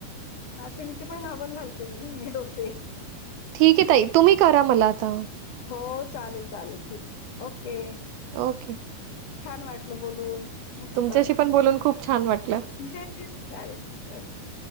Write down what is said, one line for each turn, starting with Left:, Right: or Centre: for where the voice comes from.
Left: नाचणीचे पण घावण घालते मी डोसे.
Right: ठीक आहे ताई तुम्ही करा मला आता.
Left: हो, चालेल चालेल ठीक आहे ओके!
Right: ओके.
Left: छान! वाटलं बोलून. मस्त!
Right: तुमच्याशी पण बोलून खूप छान वाटलं.
Left: चालेल चालेल.